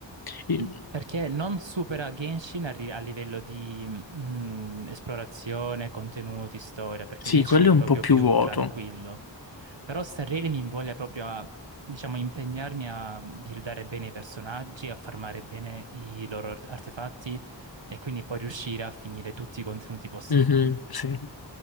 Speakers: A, on the left; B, on the right.
A: I-
B: N- Perché non supera Genshin a, ri- a livello di mm, esplorazione, contenuti, storia, perché
A: Sì,
B: Genshin
A: quello
B: è
A: è un
B: proprio
A: po' più
B: più
A: vuoto.
B: tranquillo. Però Starrele mi invoglia proprio a, diciamo, impegnarmi a buildare bene i personaggi, a farmare bene i loro art- artefatti e quindi poi riuscire a finire tutti i contenuti possibili.
A: Mhm, sì.